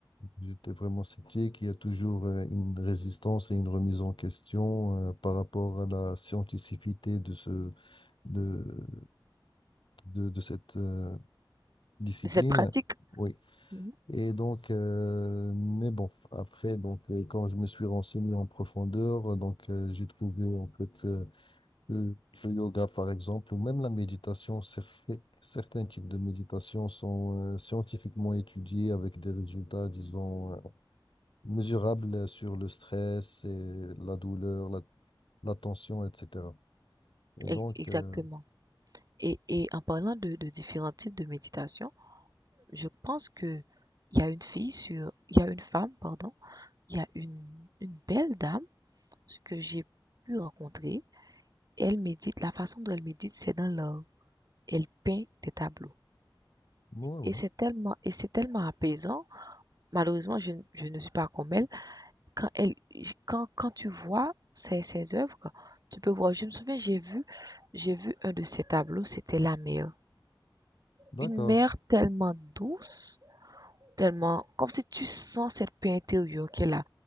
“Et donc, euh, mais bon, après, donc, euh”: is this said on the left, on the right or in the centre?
Left